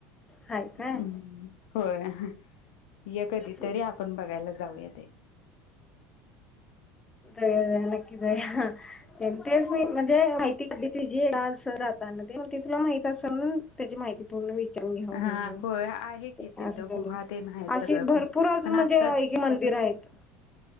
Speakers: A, on the left (about 15°); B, on the left (about 75°).
A: हाय काय
B: उ होय, ये कधी
A: तेच
B: तरी आपण बघायला जाऊया ते
A: जाऊया नक्की जाऊया हा पण तेच मी म्हणजे माहिती <unintelligible> ते जे आस जाताना ते मी ते तुला माहित असल म्हणून तेजी माहिती पूर्ण वि <unintelligible>
B: हा होय आहे की तिथं गुहा तेन आहे
A: अशी
B: सगळं
A: भरपूर
B: पण
A: अजून
B: पण आता
A: म्हणजे एक मंदिर आहेत.